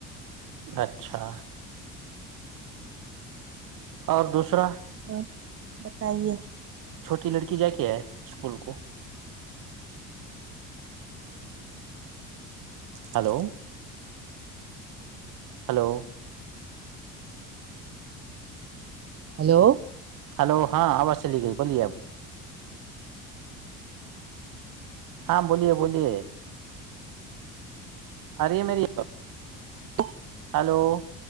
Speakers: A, on the right; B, on the right.
A: اچھا اور دوسرا
B: ہاں بتائیے
A: چھوٹی لڑکی جا کے آئے اسکول کو ہلو ہلو
B: ہلو
A: ہلو ہاں آواز چلی گئی بولیے آپ ہاں بولیے بولیے اری مری
B: دو
A: ہیلو